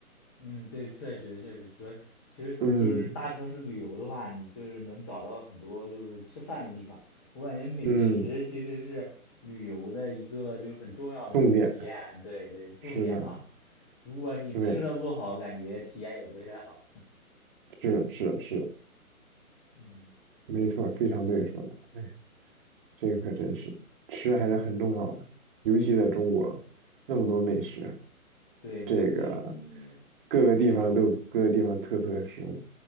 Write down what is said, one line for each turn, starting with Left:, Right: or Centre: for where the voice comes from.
Centre: 嗯，对，确实确实，主要其实就是大城市旅游的话，
Right: 嗯
Centre: 你就是能找到很多就是吃饭的地方。我感觉美食其实是旅游的一个就是很重要的一个体验，
Right: 嗯，重点
Centre: 对对，重点嘛。
Right: 是的，
Centre: 如果你吃的不好，
Right: 对，
Centre: 感觉体验也不会太好。
Right: 是的是的是的
Centre: 嗯
Right: 没错，非常对说的。哎呀，这可真是吃还是很重要的，尤其在中国那么多美食。
Centre: 嗯，对对，
Right: 这个
Centre: 真，
Right: 各个地方都有各个地方特色的食物。